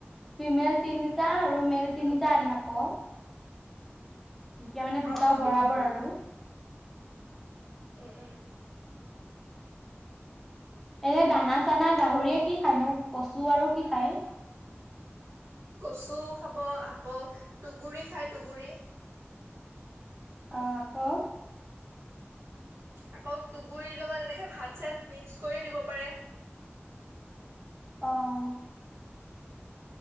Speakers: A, in the centre; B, on the right.
A: ফিমেল তিনিটা আৰু মেল তিনিটা
B: উম
A: আনিম আকৌ <inaudible> তেতিয়া মানে দুটাও
B: অ অ
A: বৰাবৰ
B: সেইটোৱে কৰিবা
A: আৰু <inaudible>
B: উম উম
A: এনে দানা চানা গাহৰিয়ে কি খানো কচু আৰু কি খায়?
B: কচু খাব আকৌ টুগুৰি খাই টুগুৰি।
A: অ আকৌ?
B: আকৌ তুগুৰি লগা এনেকে এনেকে ভাত চাত মিক্স কৰি দিব পাৰে।
A: অহ <inaudible>